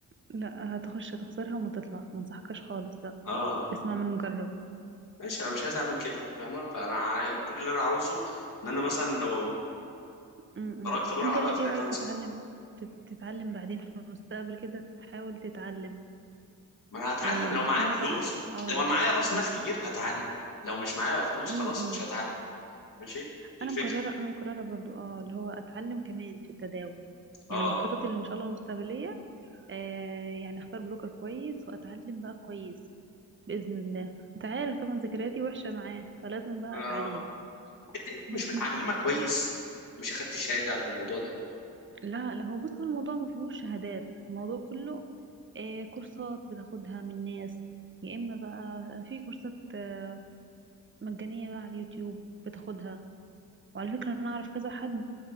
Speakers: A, on the right; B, on the left.
A: لا هتخش هتخسرها وتطلع ما انصحكش خالص لا
B: اه آه، آه،
A: اسمع
B: ما-
A: من مجرب
B: ماشي انا مش عايز اعمل كده فاهمة فانا عا- كل اللي انا عاوزه ان انا مثلا لو
A: امم
B: خرجت بره
A: انت
B: هبقى
A: ليه-
B: فريلانسر
A: ايه رأيك تتعلم تت- تتعلم بعدين في المستقبل كده تحاول تتعلم
B: ما انا هتعلم
A: إيه يعني
B: لو
A: تكون
B: معايا فلوس
A: مثلا اه
B: لو انا معايا راس مال كبير هتعلم لو مش معايا فلوس
A: امم
B: خلاص مش هتعلم ماشي دي
A: انا
B: الفكرة
A: مقرره انا مقرره برضو اه اللي هو اتعلم كمان في التداول
B: اه
A: يعني من خططي اللي ان شاء الله المستقبليه آه يعني اختار بروكر كويس واتعلم بقى كويس باذن الله انت عارف طبعا ذكرياتي وحشه معاه فلازم بقى
B: آه،
A: اتعلم
B: انت انت
A: <laughs>
B: مش متعلمه كويس مش اخدت شهاده من الموضوع ده
A: لا لا هو بص هو الموضوع ما فيهوش شهادات الموضوع كله آه كورسات بتاخدها من ناس يا اما بقى في كورسات آه مجانيه بقى على اليوتيوب بتاخدها وعلى فكره انا اعرف كذا حد